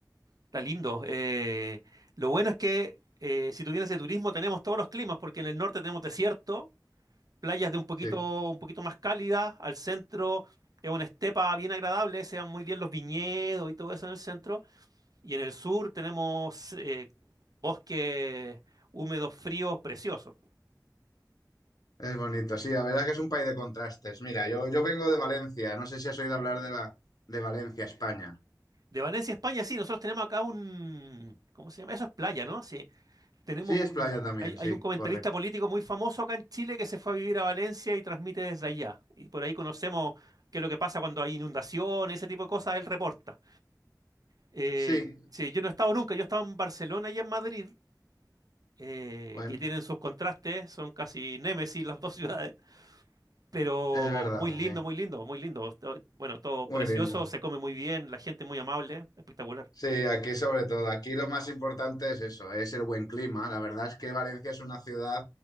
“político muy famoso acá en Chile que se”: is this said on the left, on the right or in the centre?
Right